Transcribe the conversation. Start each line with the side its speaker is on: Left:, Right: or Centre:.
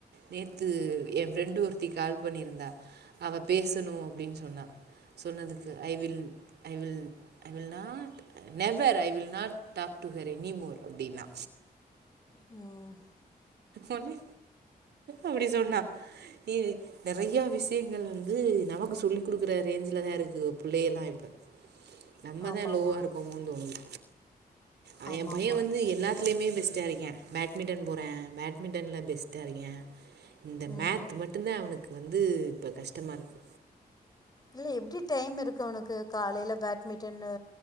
Right: நேத்து எ ஃப்ரெண்டு ஒரு த்தி கால் பண்ணியிருந்தா அவ பேசணு அப்டின்னு சொன்னா சொன்னதுக்கு I will I will I will not never I will not talk to her any more அப்டின்னா
Left: ம்
Right: ஒன்னே அப்டியா சொன்னா இது நெறையா விஷயங்கள் வந்து நமக்கு சொல்லி குடுக்குற ரேஞ்சுல தா இருக்கு பிள்ளைகள்லா இப்ப நம்மதா
Left: ஆமாம்
Right: லோவாக
Left: ஆமாம்
Right: இருக்கோமோனு தோணுது அவே
Left: ஆமாம்
Right: எயே பையன்
Left: ஆமாம்
Right: வந்து எல்லாத்துலேயுமே பெஸ்ட்டா இருக்க பேட்மிட்டன் போறா பேட்மிட்டன்ல பெஸ்ட்டா இருக்கா இந்த
Left: ம்
Right: மேத் மட்டுதா அவனுக்கு வந்து இப்ப கஷ்டமா இருக்கு
Left: இல்ல எப்டி டைம் இருக்கு அவனுக்கு காலையில பேட்மிட்டனு